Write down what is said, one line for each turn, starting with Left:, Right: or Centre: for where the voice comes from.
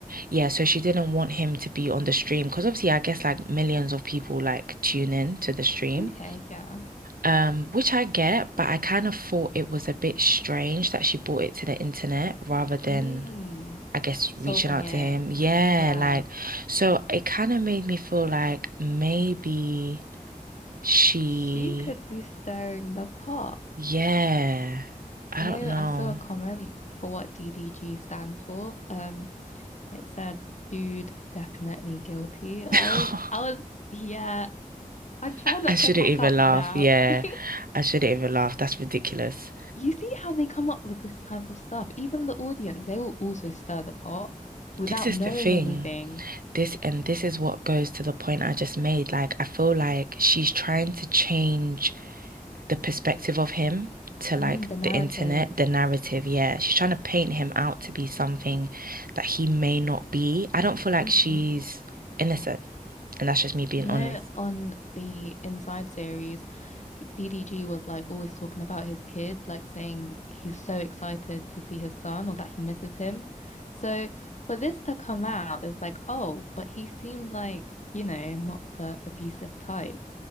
Right: yeah, so she didn't want him to be on the stream because obviously I guess like millions of people like tune in to the stream.
Left: Okay, yeah.
Right: Um, which I get, but I kind of thought it was a bit strange that she brought it to the internet rather than,
Left: Mm.
Right: I guess,
Left: Solving
Right: reaching out
Left: it.
Right: to him. Yeah,
Left: Yeah.
Right: like, so it kind of made me feel like maybe she,
Left: She could be stirring the pot.
Right: yeah, I
Left: You know,
Right: don't know.
Left: I saw a comment for what DDG stands for. Um, it said, "Dude, definitely guilty." I
Right: <laughs>
Left: was, I was, yeah. I try not
Right: I shouldn't
Left: to crack
Right: even
Left: up now.
Right: laugh. Yeah,
Left: <laughs>
Right: I shouldn't even laugh. That's ridiculous.
Left: You see how they come up with this type of stuff. Even the audience, they will also stir the pot without
Right: This is
Left: knowing
Right: the thing.
Left: anything.
Right: This and this is what goes to the point I just made. Like, I feel like she's trying to change the perspective of him to like
Left: Mm, the narrative.
Right: the internet, the narrative. Yeah, she's trying to paint him out to be something that he may not be. I don't feel like
Left: hmm
Right: she's innocent, and that's just me being
Left: You
Right: honest.
Left: know, on the Inside series, he- DDG was like always talking about his kid, like saying he's so excited to see his son or that he misses him. So for this to come out, it was like, oh, but he seemed like, you know, not the abusive type.